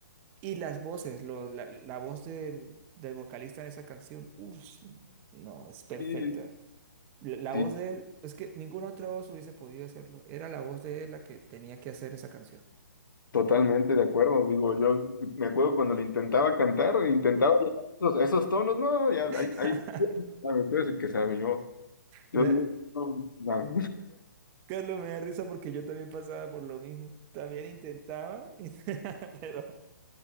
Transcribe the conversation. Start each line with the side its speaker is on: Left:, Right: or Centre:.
Right: Y las voces, lo- la, la voz del, del vocalista en esa canción, uff, no, es perfecta.
Left: Sí,
Right: La, la
Left: Sí,
Right: voz de él, es que ninguna otra voz hubiese podido hacerlo, era la voz de él la que tenía que hacer esa canción.
Left: totalmente de acuerdo. Digo, yo me acuerdo cuando le intentaba cantar, intentaba esos, esos tonos, no, ya,
Right: <laughs>
Left: ahí, ahí, sabe, tú eres el que sabe, yo, yo,
Right: Me,
Left: no, no.
Right: Carlos, me da risa porque yo también pasaba por lo mismo. También intentaba, <laughs> y- pero,